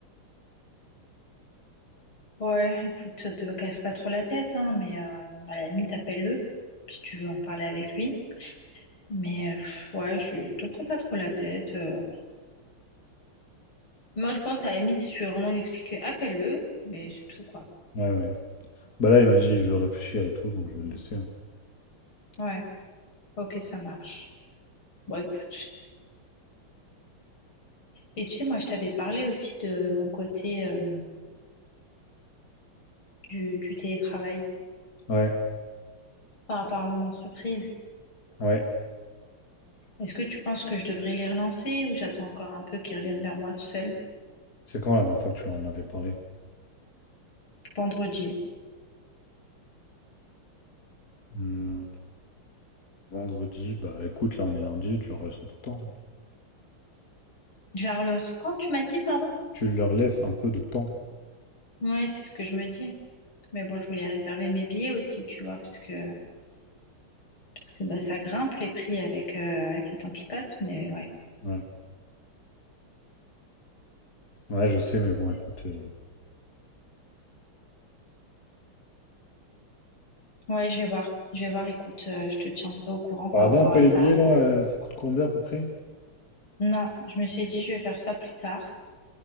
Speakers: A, on the left; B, on the left.
A: Ouais, écoute, te te casse pas trop la tête, hein, mais euh, à la limite, appelle-le si tu veux en parler avec lui. Mais euh, pff, ouais, je te prends pas trop la tête. euh. Moi, je pense à la limite, si tu veux vraiment lui expliquer, appelle-le, mais c'est tout, quoi.
B: Ouais, ouais. Bah là, il m'a dit, il veut réfléchir et tout, donc je vais le laisser. hein.
A: Ouais, ok, ça marche. Bon, écoute. Et tu sais, moi, je t'avais parlé aussi de mon côté euh, du, du télétravail
B: Ouais,
A: par rapport à mon entreprise.
B: ouais.
A: Est-ce que tu penses que je devrais les relancer ou j'attends encore un peu qu'ils reviennent vers moi tout seul?
B: C'est quand la dernière fois que tu en avais parlé?
A: Vendredi.
B: Hmm, vendredi, bah écoute, là, on est lundi, tu leur laisses un peu de temps.
A: Je la relance quand tu m'as dit, pardon?
B: Tu leur laisses un peu de temps.
A: Ouais, c'est ce que je me dis. Mais bon, je voulais réserver mes billets aussi, tu vois, parce que, parce que bah, ça grimpe les prix avec, euh, avec le temps qui passe. Mais ouais.
B: Ouais, ouais, je sais, mais bon, écoute. Euh...
A: Ouais, je vais voir. Je vais voir. Écoute, euh, je te tiendrai au courant par
B: Regardez
A: rapport
B: un peu
A: à
B: les
A: ça.
B: billets là, euh, ça coûte combien à peu près?
A: Non, je me suis dit, je vais faire ça plus tard.